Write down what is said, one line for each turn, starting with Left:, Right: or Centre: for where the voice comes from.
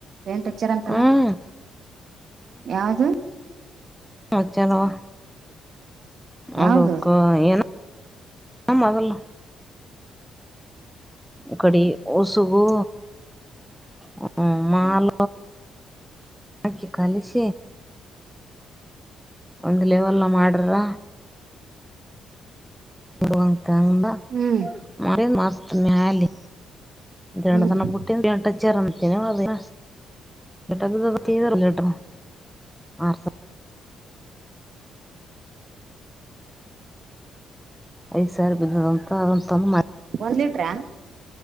Right: ಪೇಂಟ್ ಹೆಚ್ಚರ್ ಅಂತಲ್ಲ
Centre: ಹ್ಮ್
Right: ಯಾವ್ದ
Centre: ಹ ಚಲೋ. ಅದುಕ್ಕಏ
Right: ಯಾವ್ದು
Centre: ಮೊದಲು. ಒಡಿ ಉಸುಗು ಹ ಮಾಲ. ಹಾಗಕ ಕಾಲಸ. ಒಂದ್ ಲೆವಲ್ ಮಾಡ್ರ. ಹೋ ಹಂಗ
Right: ಹ್ಮ್
Centre: ಮನೇಲಿ ಮೇಲಿ. ದಂಟ
Right: ಹ್ಮ್
Centre: ತನ ಬೂಟೆ ದಟ ಚರ್ಮತಿನೆ ಮಾಡದ. ಟಪ್ಪತ್ತರಟ ಆ. ಐದು ಸಾರಿ ಬಿದ್ದಂತ ಅದಂತಾನ ಮಾಡ.
Right: ಒಂದ್ ಲಿಟ್ರಾ